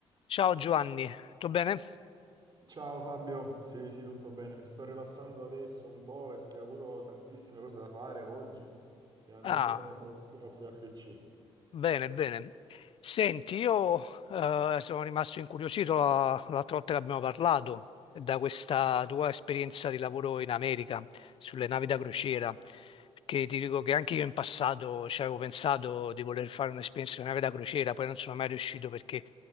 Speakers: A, on the left; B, on the right.
A: Ciao Giovanni, tutto bene?
B: Ciao Fabio, sì, sì, tutto bene. Mi sto rilassando adesso un po' perché ho avuto tantissime cose da fare oggi. Finalmente
A: Ah,
B: sono un pochettino qui al PC.
A: bene, bene. Senti, io eh, sono rimasto incuriosito la- l'altra volta che abbiamo parlato da questa tua esperienza di lavoro in America sulle navi da crociera. Perché ti dico che anche io in passato ci avevo pensato di voler fare un'esperienza di nave da crociera, poi non sono mai riuscito perché